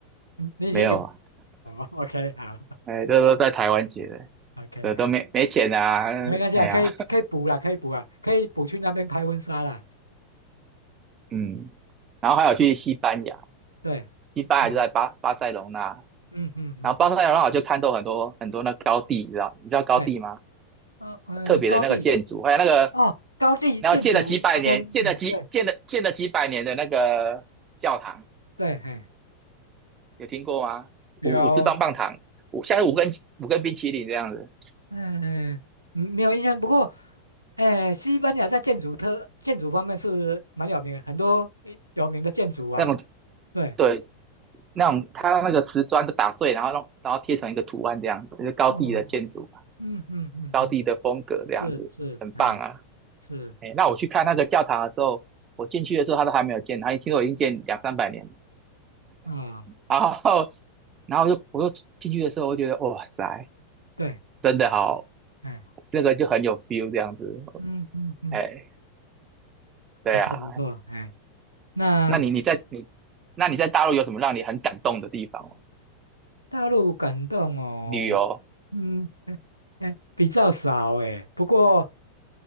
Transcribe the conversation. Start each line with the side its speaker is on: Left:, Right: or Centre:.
Left: 你你已经有
Right: 没有啊，
Left: 哦，OK，好
Right: 哎，这都在台湾结的，
Left: ，OK。
Right: 这都没没钱啊，
Left: 没关系啊，
Right: 哎呀，
Left: 可以可以补啦，可以补啊，可以补去那边拍婚纱啦。
Right: 嗯，然后还有去西班牙，
Left: 对，
Right: 西班牙就在巴巴塞隆纳，
Left: 嗯嗯嗯嗯嗯，
Right: 然后巴塞隆纳我就看到很多很多那高地，你知道你知道高地吗？
Left: 对，嗯嗯，
Right: 特别的那个建筑，
Left: 高地
Right: 还有那个
Left: 哦，高地建筑，OK，
Right: 然后建了几百年，
Left: 嗯，
Right: 建了几建了建了几百年的那个教堂，
Left: 对对，嘿，
Right: 有听过吗？
Left: 有，
Right: 五五只棒棒糖，五像是五根五根冰淇淋这样子，
Left: 嗯嗯，没有印象，不过，哎，西班牙在建筑特建筑方面是蛮有名的，很多有名的建筑啊，
Right: 那种
Left: 对，
Right: 对，那种它那个瓷砖都打碎，然后弄然后贴成一个图案这样子，就是高地的建筑，
Left: 嗯嗯嗯嗯嗯，
Right: 高地的风格这样子，
Left: 是是，
Right: 很棒啊。
Left: 哎是
Right: 哎，那我去看那个教堂的时候，我进去的时候它都还没有建，它听说已经建两三百年了。
Left: 啊，
Right: 然后，然后就我就进去的时候，我觉得哇塞，
Left: 对，
Right: 真的好，
Left: 哎，
Right: 那个就很有 feel 这样子。
Left: 嗯嗯嗯，
Right: 哎，对啊，
Left: 不错不错，哎。那
Right: 那你你在你那你在大陆有什么让你很感动的地方吗
Left: 大陆感动哦，
Right: 旅游，
Left: 嗯，哎哎，比较少哎。不过